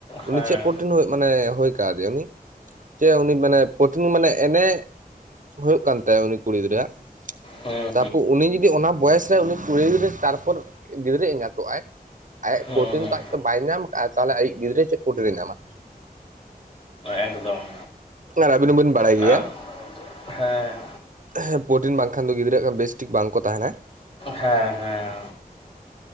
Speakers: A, on the left (about 35°); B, on the right (about 55°).
A: ᱦᱮᱸ
B: ᱩᱱᱤ ᱪᱮᱫ ᱯᱨᱚᱴᱤᱱ ᱢᱟᱱᱮ ᱦᱳᱭ ᱠᱟᱫᱮᱭᱟ ᱩᱱᱤ ᱡᱮ ᱩᱱᱤ ᱢᱟᱱᱮ ᱯᱨᱴᱷᱤᱱ ᱢᱟᱱᱮ ᱮᱱᱮ ᱦᱩᱭᱩᱜ ᱠᱟᱱ ᱛᱟᱭᱟ ᱩᱱᱤ ᱠᱩᱲᱤ ᱜᱤᱫᱽᱨᱟᱹ ᱣᱟᱜ
A: ᱦᱮᱸ
B: ᱛᱟᱯᱚᱨ ᱩᱱᱤ ᱡᱩᱫᱤ ᱚᱱᱟ ᱵᱚᱭᱮᱥ ᱨᱮ ᱩᱱᱤ ᱠᱩᱲᱤ ᱜᱤᱫᱽᱨᱟᱹ ᱛᱟᱨᱯᱚᱨ ᱜᱤᱫᱽᱨᱟᱹ ᱮᱸᱜᱟᱛ ᱚᱜᱟᱭ ᱟᱭᱟᱜ
A: ᱦᱮᱸ ᱦᱮᱸ
B: ᱯᱨᱚᱴᱤᱱ ᱛᱚ ᱟᱡ ᱛᱚ ᱵᱟᱭ ᱧᱟᱢ ᱠᱟᱜᱟ ᱛᱟᱦᱚᱞᱮ ᱟᱭᱤᱡ ᱜᱤᱫᱽᱨᱟᱹ ᱪᱮᱫ ᱯᱨᱳᱴᱤ ᱮ ᱧᱟᱢᱟ?
A: ᱮᱠᱫᱚᱢ
B: ᱟᱨ ᱟᱹᱵᱤᱱ ᱦᱚᱸ ᱵᱤᱱ ᱵᱟᱲᱟᱭ
A: ᱟᱨ
B: ᱜᱮᱭᱟ,
A: ᱦᱮᱸ
B: ᱦᱮᱸ ᱯᱨᱳᱚᱴᱤᱱ ᱵᱟᱝᱠᱷᱟᱱ ᱫᱚ ᱜᱤᱫᱽᱨᱟᱹ ᱦᱟᱜ ᱠᱷᱟᱱ ᱵᱮᱥᱴᱷᱤᱠ ᱵᱟᱝ ᱠᱚ ᱛᱟᱦᱮᱱᱟ ᱾
A: ᱦᱮᱸ ᱦᱮᱸ